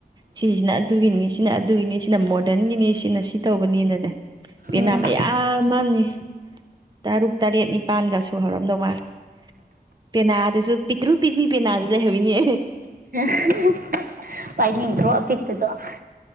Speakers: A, on the right; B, on the right.
A: ꯁꯤꯁꯤꯅ ꯑꯗꯨꯒꯤꯅꯤ ꯁꯤꯅ ꯑꯗꯨꯒꯤꯅꯤ ꯁꯤꯅ ꯃꯣꫪꯗꯟꯒꯤꯅꯤ ꯁꯤꯅ ꯁꯤ ꯇꯧꯕꯅꯤꯅꯅꯦ꯫ ꯄꯦꯅꯥ
B: ꯎꯝ
A: ꯃꯌꯥꯝ ꯃꯅꯤ ꯇꯔꯨꯛ ꯇꯔꯦꯠ ꯅꯤꯄꯥꯜꯒꯁꯨꯍꯧꯔꯝꯗꯧ ꯃꯥꯜꯂꯦ꯫ ꯄꯦꯅꯥ ꯗꯨꯁꯨ ꯄꯤꯛꯇ꯭ꯔꯨ ꯄꯤꯛꯄꯤ ꯄꯦꯅꯥꯖꯨ ꯂꯩꯍꯧꯋꯤꯅꯦ
B: <unintelligible> ꯄꯥꯏꯅꯤꯡꯗ‌꯭ꯔꯣ ꯑꯄꯤꯛꯄ꯫ ꯇꫭ꯫